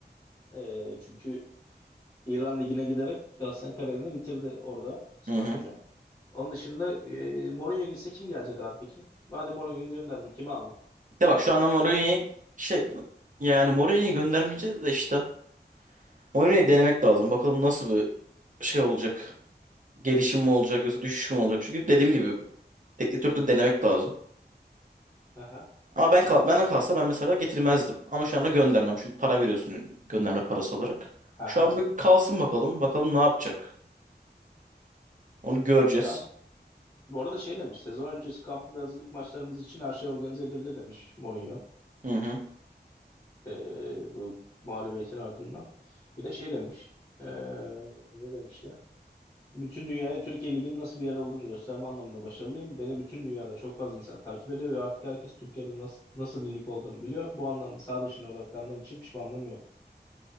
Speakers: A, on the left; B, on the right.
A: E, çünkü İran Ligi'ne giderek aslında kariyerini bitirdi orada İsmail
B: Hı hı.
A: Hoca. Onun dışında e, Mourinho gitse kim gelecek abi peki? Madem Mourinho'yu gönderdin kim aldın?
B: De bak şu anda Mourinho'yu şey yani Mourinho'yu göndermeyeceğiz de işte. Mourinho'yu denemek lazım. Bakalım nasıl bir şey olacak. Gelişim mi olacak yoksa düşüş mü olacak? Çünkü dediğim gibi Teknik direktörü denemek lazım.
A: Aha.
B: Ama ben kal bana kalsa ben mesela getirmezdim. Ama şu anda göndermem. Çünkü para veriyorsun gönderme parası olarak.
A: Aha.
B: Şu an bir kalsın bakalım. Bakalım ne yapacak. Onu göreceğiz.
A: Ya Bu arada şey demiş, sezon öncesi kampı ve hazırlık maçlarımız için her şey organize edildi demiş Mourinho.
B: Hı hı.
A: Ee, bu mağlubiyetin ardından. Bir de şey demiş, ee, ne demişti? Bütün dünyaya Türkiye Ligi'nin nasıl bir yer olduğunu gösterme anlamında başarılıyım. Beni bütün dünyada çok fazla insan takip ediyor ve artık herkes Türkiye'de nasıl, nasıl bir lig olduğunu biliyor. Bu anlamda sağ dışına odaklandığım için pişmanlığım yok.